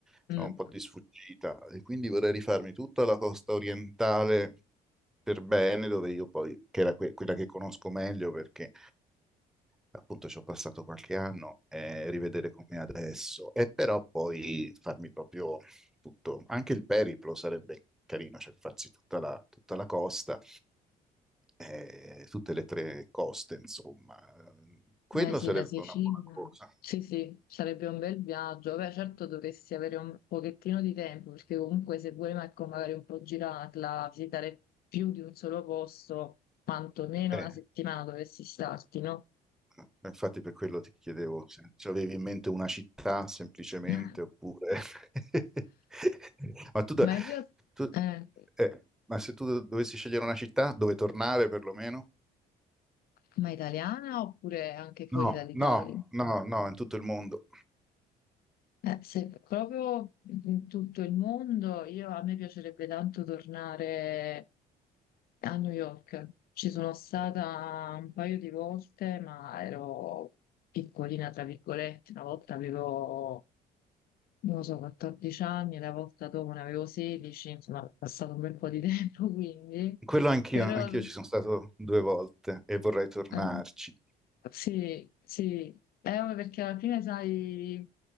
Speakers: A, in the centre; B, on the left.
A: sono
B: Mm.
A: un po' di sfuggita e quindi vorrei rifarmi tutta la costa orientale per bene, dove io poi, che era que- quella che conosco meglio perché appunto ci ho passato qualche anno, e rivedere com'è adesso e però poi farmi proprio tutto, anche il periplo sarebbe carino, cioè farsi tutta la tutta la costa eh, tutte le tre coste, insomma. Quello
B: Eh sì,
A: sarebbe
B: la Sicilia.
A: una buona cosa.
B: Sì, sì, sarebbe un bel viaggio. Beh, certo dovresti avere un pochettino di tempo, perché comunque se vuoi ma- ecco, magari un po' girarla, visitare più di un solo posto, quantomeno
A: Eh,
B: una settimana dovresti starti, no?
A: no, infatti per quello ti chiedevo se ci avevi in mente una città semplicemente
B: <laughs>
A: oppure... <laughs> Ma tu, da-
B: Ma in realtà,
A: tu-
B: eh,
A: eh, ma se tu dovessi scegliere una città dove tornare perlomeno?
B: ma italiana oppure anche fuori
A: No,
B: dall'Italia?
A: no, no, no, in tutto il mondo.
B: Eh, se proprio in tutto il mondo, io, a me piacerebbe tanto tornare a New York. Ci sono stata un paio di volte, ma ero piccolina, tra virgolette. Una volta avevo, non lo so, 14 anni, la volta dopo ne avevo 16, insomma, è passato un bel po' di <laughs> tempo, quindi.
A: Quello anch'io,
B: Però,
A: anch'io ci sono stato due volte e vorrei tornarci.
B: eh, Sì, sì, eh, ma perché alla fine sai